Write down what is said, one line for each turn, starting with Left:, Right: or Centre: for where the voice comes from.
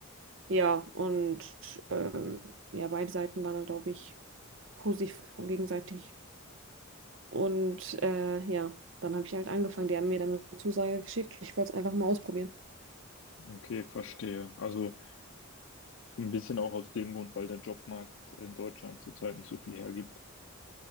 Right: ja, und ähm, ja, beide Seiten waren dann, glaube ich, positiv gegenseitig. Und äh, ja, dann habe ich halt angefangen. Die haben mir dann eine Zusage geschickt. Ich wollte es einfach mal ausprobieren.
Left: okay, verstehe. Also ein bisschen auch aus dem Grund, weil der Jobmarkt in Deutschland zurzeit nicht so viel hergibt.